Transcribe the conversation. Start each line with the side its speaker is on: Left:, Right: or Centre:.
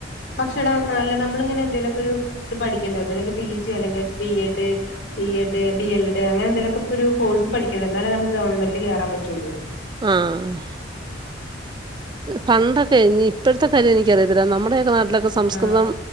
Left: പക്ഷെ എടാ അല്ല നമ്മളിങ്ങനെ എന്തേലൊക്കെ ഒരു ഇത് പഠിക്കേണ്ട ഒന്നെങ്കിൽ പി ജി അല്ലെങ്കിൽ B Ed B Ed D L Ed അങ്ങനെ എന്തെലിലൊക്കെ ഒരു കോഴ്സ് പഠി എന്നാലേ നമക്ക് ഗവൺമെന്റിൽ കയറാ പറ്റയുള്ളൂ-
Right: ആഹ് പണ്ടൊകെ <unintelligible> ഇപ്പോഴത്തെ കാര്യ എനിക്കറിയത്തില്ല നമ്മടേയൊക്കെ നാ സംസ്‌കൃതം
Left: ആഹ്